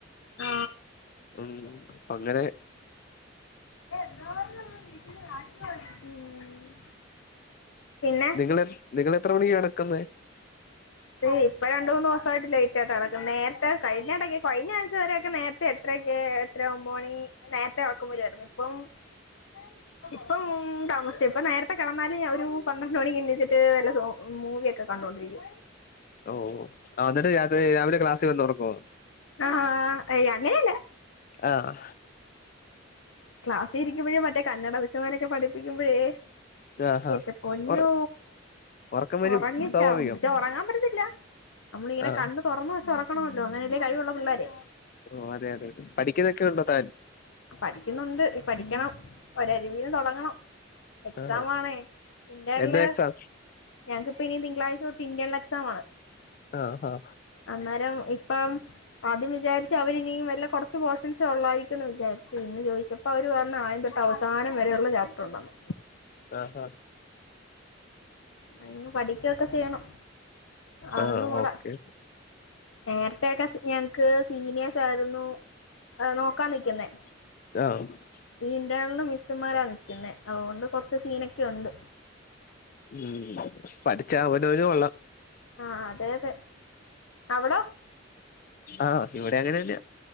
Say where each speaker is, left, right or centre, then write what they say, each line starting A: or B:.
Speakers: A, on the left (about 85°); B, on the left (about 45°).
A: ആ
B: ഉം അങ്ങനെ
A: <unintelligible> പിന്നെ
B: ഇങ്ങളെ നിങ്ങളെ എത്ര മണിക്കാ നടക്കുന്നത്.
A: അത് ഇപ്പൊ രണ്ട മൂന്ന് ദിവസമായിട്ട് ലേറ്റ് ആയിട്ട കിടക്കുന്നെ നേരത്തെ കഴിഞ്ഞ ഇടക്ക കഴിഞ്ഞ <unintelligible> നേരത്തെ എട്ടര എട്ട ഒമ്പതു മണി നേരത്തെ <unintelligible> ഇപ്പം ആഹ് ഇപ്പം താമസിച്ച ഇപ്പ നേരത്തെ കിടന്നാല് ഒരു പന്ത്രണ്ട് മണിക്ക് എണ്ണിച്ചിട്ട് നല്ല മൂവിയ കണ്ടുകൊണ്ടിരിക്കും
B: ഓ എന്നിട്ട് രാത്രി രാവിലെ ക്ലാസ് വന്ന് ഉറങ്ങുവോ
A: ആഹ അ അങ്ങനെയല്ല
B: ആഹ
A: ക്ലാസ് ഇരിക്കുമ്പോഴേ മറ്റേ കന്നഡ സിസ്റ്റർമാരൊക്കെ പഠിപ്പിക്കുമ്പോഴേ
B: ആഹാ
A: എന്റെ പൊന്നൂ
B: ഒറ ഉറക്കം വരും
A: ഉറങ്ങിച്ചാവും
B: സ്വാഭാവികം
A: പക്ഷെ ഉറങ്ങാൻ പറ്റത്തില്ല നമ്മളിങ്ങനെ
B: ആ
A: കണ്ണ് തുറന്ന് വെച്ച് ഉറങ്ങണല്ലോ അങ്ങനെല്ലേ കഴിവുള്ള പിള്ളേരെ
B: ഓ അതെ അതെ പഠിക്കുന്നൊക്കെ ഉണ്ടോ താൻ
A: പഠിക്കുന്നുണ്ട് ഈ പഠിക്കണം ഒരു അരികുന്നു തുടങ്ങണം എക്സാം
B: ആ
A: ആണേ ഇന്റണില്
B: എന്നാ എക്സാം
A: ഞങ്ങൾക്ക് ഇനി തിങ്കളാഴ്ച തൊട്ട് ഇന്റെർണൽ എക്സാം ആണ്
B: ആഹ ആഹ
A: അന്നേരം ഇപ്പം ആദ്യം വിചാരിച്ച് അവര് ഇനും വല്ല കുറച്ച് പോർഷൻസ് ഉള്ളയിരിക്കന്ന് വിചാരിച്ചു പിന്നെ ചോദിച്ചപ്പോ അവര് പറഞ്ഞ ആദ്യം തൊട്ട അവസാനം വരെയുള്ള ചാപ്റ്റർ ഉണ്ടന്ന്
B: ആഹ് ഹ
A: ഉ ഇനി പഠിക്കയൊക്കെ ചെയ്യണം അറിഞ്ഞുകൂടാ
B: ആ ഓക്കെ
A: നേരത്തെക്കെ ഞങ്ങക്ക് സീനിയേഴസ് ആയിരുന്നു നോക്കാ നിക്കുന്നേ
B: <unintelligible>
A: ഇന്റെർണൽ മിസ്സുമാരാ നിക്കുന്നെ അതുകൊണ്ട് കുറച്ച് സീനൊക്കെ ഉണ്ട്
B: ഉം പഠിച്ച അവനൊന്നു കൊള്ളാം
A: ആ അതെതെ അവഡോ
B: ആഹ് ഇവിടെ അങ്ങനെന്നെയ